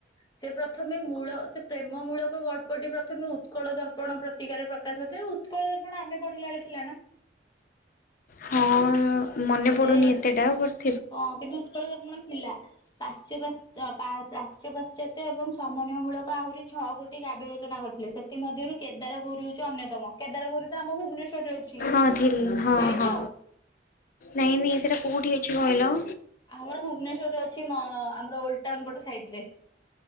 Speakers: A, on the left; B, on the left.
A: ସେ ପ୍ରଥମେ ମୂଳ ସେ ପ୍ରେମ ମୂଳକ ଗଳ୍ପ। ଟି ପ୍ରଥମେ ଉତ୍କଳ ଦର୍ପଣ ପ୍ରତିକାରେ ପ୍ରକାଶ। ଉତ୍କଳ ଦର୍ପଣ ଆମେ ପଢିଲାବେଳେ ଥିଲା ନା।
B: ହଁ ମନେ
A: ସେ
B: ପଡୁନି ଏତେଟା ବଟ୍।
A: ହଁ କିନ୍ତୁ ଉତ୍କଳ ଦର୍ପଣ ଥିଲା ପାଶ୍ଚ। ପ୍ରାଚ୍ୟ ପାଶ୍ଚାତ୍ୟ ଏବଂ ସମନ୍ୱୟ ମୂଳକ ଆହୁରି ଛଅ ଗୋଟି କାବ୍ୟ ରଚନା କରିଥିଲେ ସେ। ଏଥିମଧ୍ୟରୁ କେଦାରଗୌରି ହଉଛି ଅନ୍ୟତମ କେଦାରଗୌରୀ ତ ଆମ ଭୁବନେଶ୍ୱରରେ। ଅଛି।
B: ହଁ ଥିଲ ହଁ
A: ଯାଇଛ?
B: ହଁ ନାଇଁ ନାଇଁ ସେଇଟା କୋଉଠି ଅଛି କହିଲ।
A: ଆମର ଭୁବନେଶ୍ୱରରେ ଅଛି ଆମର ଓଲଡଟାଉନ ପଟ ସାଇଡରେ।